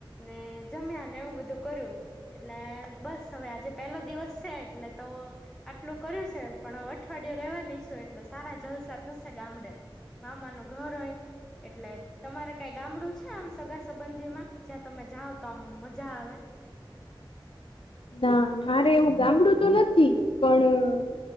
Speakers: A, in the centre; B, on the left.
A: ને જમ્યા ને એવું બધું કર્યું. એટલે બસ હવે આજે પેલો દિવસ છે એટલે તો આટલું કર્યું છે પણ હવે અઠવાડયે રેવાની છું એટલે સારા જલસા થશે ગામડે. મામા નું ઘર હોય એટલે તમારે કઈ ગામડું છે આમ સગા સંબંધી માં જ્યાં તમે જાઓ તો આમ મજા આવે?
B: ના મારે એવું ગામડું તો નથી પણ અહ